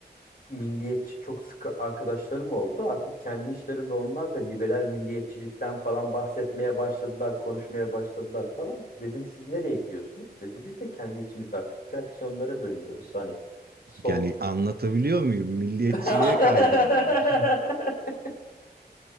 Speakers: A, on the left; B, on the right.
A: milliyetçi çok sıkı arkadaşlarım oldu. Artık kendi işlerinde onlar da liberal milliyetçilikten falan bahsetmeye başladılar, konuşmaya başladılar falan. Dedim siz nereye gidiyorsunuz? Dedi biz de kendi içimizde artık fraksiyonlara bölünüyoruz. Hani sol
B: Yani anlatabiliyor muyum? Milliyetçiliğe
A: <laughs>
B: kaydırdılar.